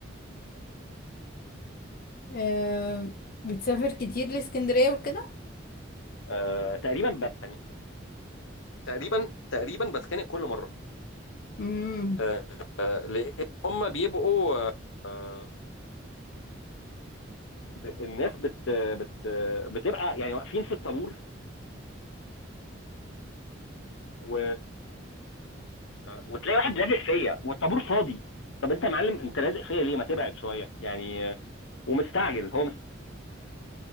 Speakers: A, on the left; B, on the left.
A: آه، بتسافر كتير لإسكندرية وكده
B: آه تقريبا ب... يعني تقريبا تقريبا بتخانق كل مره
A: امم
B: آه، آه، لان هم بيبقوا آه، الناس بت بت بتبقى يعني واقفين في الطابور و... وتلاقي واحد لازق فيا والطابور فاضي طب انت يا معلم انت لازق فيا ليه ما تبعد شويه يعني ومستعجل هو مست...